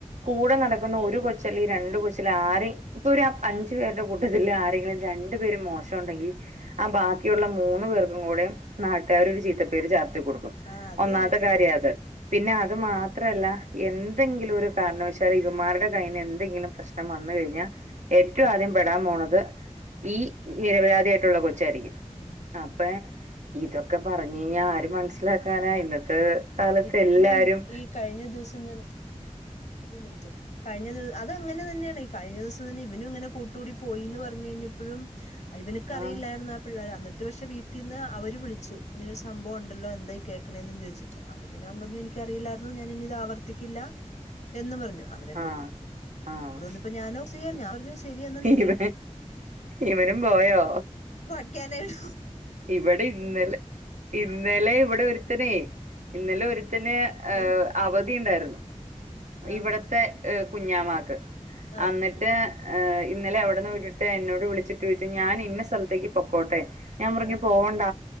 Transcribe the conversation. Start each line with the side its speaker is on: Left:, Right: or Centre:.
Right: കൂടെ നടക്കുന്ന ഒരു കൊച്ച്ൽ ഈ രണ്ട് കൊച്ച്ൽ ആര ഇപ്പൊ ഒരു അഞ്ചു പേരുടെ കൂട്ടത്തിൽ ആരെങ്കിലും രണ്ട് മോശം ഉണ്ടെങ്കിൽ ആ ബാക്കിയുള്ള മൂന്ന് പേർക്കും കൂടെ നാട്ട ഒരു ചീത്തപ്പേര് ചാർത്തി കൊടുക്കും
Left: ആ അത്
Right: ഒന്നാമത്തെ
Left: തന്നെ
Right: കാര്യം അത് പിന്നെ അത് മാത്രല്ല എന്തെങ്കിലും ഒരു കാരണവശാല് ഇവമാരുടെ കയ്യിന് എന്തെങ്കിലും പ്രശ്നം വന്ന് കഴിഞ്ഞാൽ ഏറ്റവും ആദ്യം പെടാൻ പോണത് ഈ നിരപരാധി ആയിട്ടുള്ള കൊച്ചായിരിക്കും
Left: ഉം
Right: അപ്പൊ ഇതൊക്കെ ഒക്കെ പറഞ്ഞു കഴിഞ്ഞാൽ ആര് മനസ്സിലാക്കാനാ ഇന്നത്തെ കാലത്ത്
Left: ഇപ്പം
Right: എല്ലാരും
Left: ഈ കഴിഞ്ഞ ദിവസം തെ ഒരു മിനിറ്റ് കഴിഞ്ഞ ദിവസം അത് അങ്ങനെ തന്നെയാണ് കഴിഞ്ഞ ദിവസം തന്നെ ഇവനും ഇങ്ങനെ കൂട്ടുകൂടി പോയിന്ന് പറഞ്ഞു കഴിഞ്ഞപ്പോഴും ഇവനക്ക അറിയില്ലായിരുന്നു
Right: ആഹ്
Left: ആ പിള്ളേർ എന്നിട്ട് പക്ഷെ വീട്ടിൽന്ന് അവര് വിളിച്ചു ഇങ്ങനെരു സംഭവ ഉണ്ടല്ലോ എന്തായി കേക്കണത് എ ചോദിച്ചിട്ട് അപ്പ പിന്നെ അവൻ പറഞ്ഞു എനിക്കറിയില്ലായിരുന്നു ഞാൻ ഇനി ഇത് ആവർത്തിക്കില്ല എന്ന് പറഞ്ഞു അവരെന്നോട്
Right: ആഹാ ആഹ
Left: പറഞ്ഞപ്പോ ഞാൻ ഞാൻ പറഞ്ഞു ശരി എന്നാ നിങ്ങൾ
Right: ഇവ ഇവനും പോയോ
Left: വാട്ക്കാനയ്ടു
Right: ഇവിടിം ഇന്നലെ ഇന്നലെ ഇവിടെ ഒരുത്തനേ ഇന്നലെ ഒരുത്തന് ഏ
Left: ആ
Right: അവധിയ ഉണ്ടായിരുന്നു
Left: ആ
Right: ഇവിടത്തെഹ കുഞ്ഞാമാക്ക്
Left: ആ
Right: എന്നിട്ട് ഇന്നലെ അവിടെന്ന് വിട്ടിട്ട് എന്നോട് വിളിച്ചിട്ട് ചോയിച്ചു ഞാൻ ഇന്ന സ്ഥലത്തേക്ക് പൊക്കോട്ടെ ഞാൻ പറഞ്ഞു
Left: ആ ആ
Right: പോകണ്ട